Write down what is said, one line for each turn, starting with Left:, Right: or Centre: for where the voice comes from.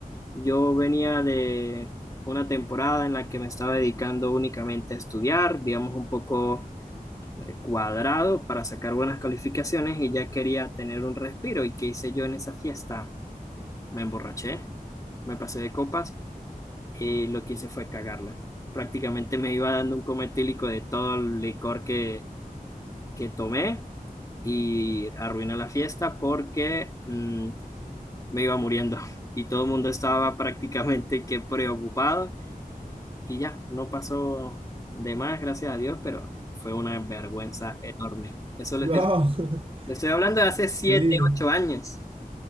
Left: yo venía de una temporada en la que me estaba dedicando únicamente a estudiar, digamos un poco eh, cuadrado para sacar buenas calificaciones y ya quería tener un respiro. ¿Y qué hice yo en esa fiesta? Me emborraché, me pasé de copas y lo que hice fue cagarla. Prácticamente me iba dando un coma etílico de todo el licor que, que tomé y arruiné la fiesta porque mm, me iba muriendo y todo el mundo estaba prácticamente que preocupado y ya, no pasó de más, gracias a Dios, pero fue una vergüenza enorme. Eso le,
Right: ¡Wow!
Left: es-
Right: <laughs>
Left: le estoy hablando de hace siete,
Right: Sí.
Left: ocho años.